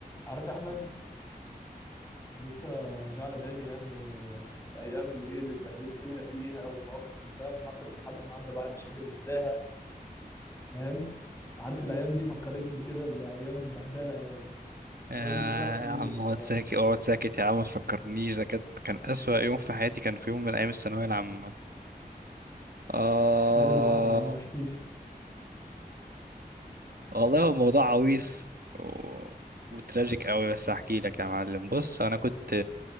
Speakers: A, on the left; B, on the right.
A: عارف يا احمد لسه جه على بالي يعني آه، الايام اللي ايه اللي اتبهدلنا فيها والمواقف اللي فاهم حصلت لحد النهارده الواحد مش قادر ينساها فاهم عارف الايام دي فكرتني كده بايام البهدله يعني
B: آه،
A: قول لي كده احكي
B: يا عم
A: لي انت
B: اقعد ساكت اقعد ساكت يا عم ما تفكرنيش ده كانت كان أسوأ يوم في حياتي كان في يوم من أيام الثانوية العامة آه
A: ايه اللي حصل يا عم احكي لي
B: والله هو موضوع عويص و... وتراجيك قوي بس هحكي لك يا معلم بص أنا كنت